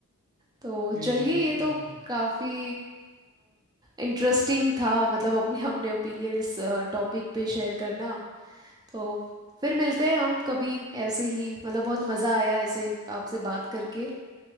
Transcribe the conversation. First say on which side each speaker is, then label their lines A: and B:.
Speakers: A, on the right; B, on the right.
A: तो
B: जी
A: चलिए
B: जी बिल्कुल
A: ये तो
B: बिल्कुल
A: काफ़ी इंटरेस्टिंग था मतलब अपने अपने ओपिनियन इस टॉपिक पे शेयर करना तो फिर मिलते हैं हम कभी ऐसे ही मतलब बहुत मज़ा आया ऐसे आपसे बात करके